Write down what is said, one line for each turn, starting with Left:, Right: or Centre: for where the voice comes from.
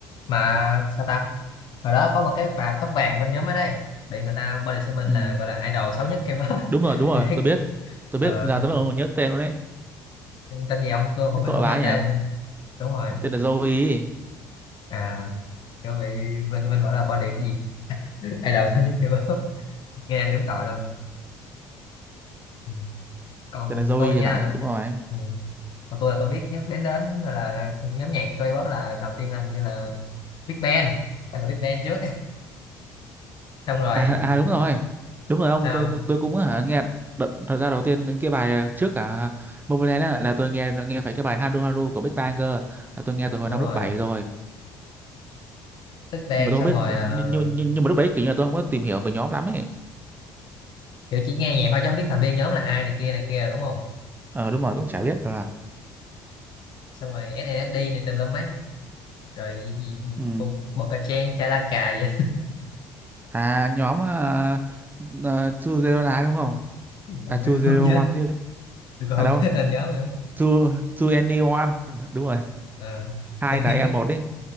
Left: mà sao ta hồi đó có một cái bà tóc vàng bên nhóm ở đây bị người ta body shaming
Right: ừ.
Left: là gọi là idol xấu nhất K-pop
Right: đúng rồi đúng rồi
Left: <laughs>
Right: tôi biết tôi biết
Left: ờ,
Right: giờ tôi mới nhớ tên luôn đấy
Left: tên gì không tôi không
Right: cái
Left: biết
Right: tội
Left: không
Right: bà
Left: nhớ
Right: ấy nhỉ
Left: tên đúng rồi
Right: tên là Zoe
Left: à kiểu bị body shaming gọi là body cái gì <laughs> idol xấu nhất K-pop <laughs> nghe đúng tội luôn Ừ. còn
Right: tên là Zoe
Left: tôi nha
Right: thì phải đúng rồi
Left: ừ. còn tôi là tôi biết nhất đến đến gọi là nhóm nhạc K-pop là đầu tiên là hình như là Big Bang hay là Big Bang trước <laughs> xong rồi
Right: à à đúng rồi đúng rồi ông
Left: sao
Right: tôi
Left: không?
Right: tôi, tôi cũng hả nghe đợt, thật ra đầu tiên những cái bài trước cả Momoland á, là tôi nghe nghe phải cái bài Haru Haru của Big Bang cơ là tôi nghe từ hồi
Left: đúng
Right: năm
Left: rồi
Right: lớp 7 rồi
Left: Big Bang
Right: nhưng mà tôi
Left: xong
Right: không biết
Left: rồi ờ,
Right: nhưng, nhưng, nhưng mà lúc đấy kiểu như là tôi không có tìm hiểu về nhóm lắm ấy
Left: kiểu chỉ nghe nhạc thôi chứ không biết thành viên nhóm là ai này kia này kia đúng không
Right: ờ đúng rồi cũng chả biết là
Left: xong rồi SNSD này tùm lum mấy rồi gì
Right: Ừ.
Left: bộ, bộ cà chen cha la cà vậy
Right: À nhóm à, à, Chu Zero Nine đúng không?
Left: <laughs> à,
Right: À Chu
Left: tôi còn
Right: Zero
Left: không nhớ
Right: One chứ.
Left: tôi còn
Right: À
Left: không
Right: đâu?
Left: nhớ tên nhóm nữa
Right: Chu Chu Any đúng rồi.
Left: Ờ,
Right: Hai
Left: tôi
Right: đấy
Left: nhớ
Right: à một đấy.